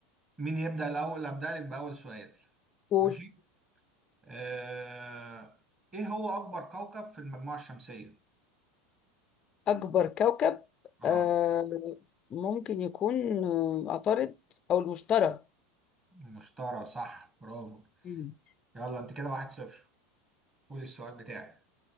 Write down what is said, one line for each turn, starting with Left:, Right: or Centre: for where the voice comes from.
Right: مين يبدا الاول ابدا لك باول سؤال
Left: قول
Right: ماشي أه ايه هو اكبر كوكب في المجموعه الشمسيه
Left: أكبر كوكب
Right: اه
Left: آه ممكن يكون آه عطارد أو المشتري
Right: المشتري صح برافو
Left: مم.
Right: يلا انت كده واحد صفر قول السؤال بتاعك